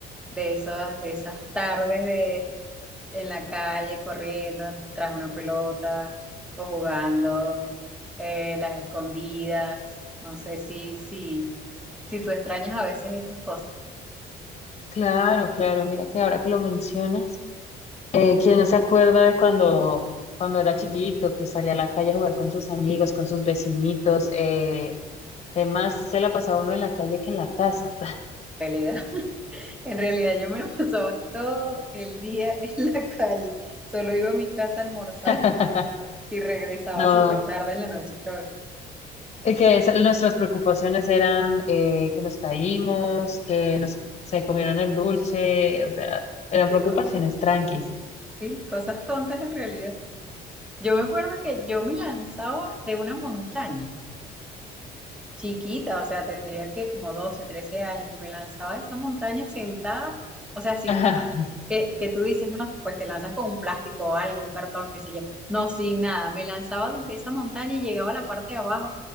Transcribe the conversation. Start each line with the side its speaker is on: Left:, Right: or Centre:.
Centre: de esas, de esas tardes de, en la calle corriendo tras una pelota o jugando eh, las escondidas. No sé si, si, si tú extrañas a veces estas cosas.
Left: Claro, claro. Mira que ahora que lo mencionas, eh, ¿quién no se acuerda de cuando, cuando era chiquito, que salía a la calle a jugar con sus amigos, con sus vecinitos? Eh, que más se la pasaba uno en la calle que en la casa.
Centre: realidad. En realidad yo me lo pasaba todo el día en la calle. Solo iba a mi casa a almorzar
Left: <laughs>
Centre: y regresaba
Left: No,
Centre: súper tarde en la noche otra vez.
Left: es que esa- nuestras preocupaciones eran eh, que nos caímos, que nos se comieron el dulce, o sea, eran preocupaciones
Centre: Y co-
Left: tranquis.
Centre: sí, cosas tontas en realidad. Yo me acuerdo que yo me lanzaba de una montaña. chiquita, o sea, tendría que como 12, 13 años y me lanzaba de esa montaña sentada, o sea, sin
Left: <laughs>
Centre: nada, que, que tú dices, no, pues te lanzas con un plástico o algo, un cartón, qué sé yo, no, sin nada, me lanzaba desde esa montaña y llegaba a la parte de abajo